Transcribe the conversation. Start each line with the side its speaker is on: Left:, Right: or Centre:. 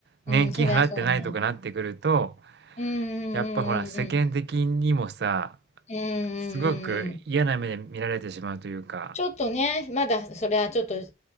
Right: 年金払ってないとかなってくると、
Left: うん、それはそうね。うんうんうんうんうん。
Right: やっぱほら、世間的にもさ、
Left: うんうんうんうん。
Right: すごく嫌な目で見られてしまうというか、
Left: ちょっとね、まだそれはちょっとへ